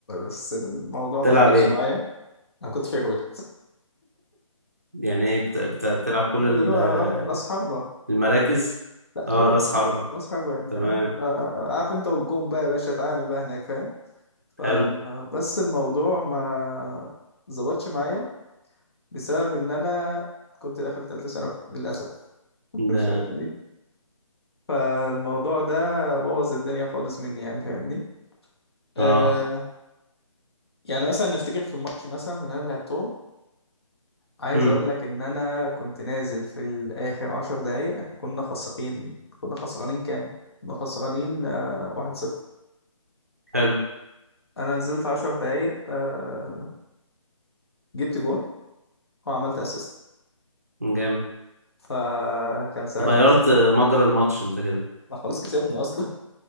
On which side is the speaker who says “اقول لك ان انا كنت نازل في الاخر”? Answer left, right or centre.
Left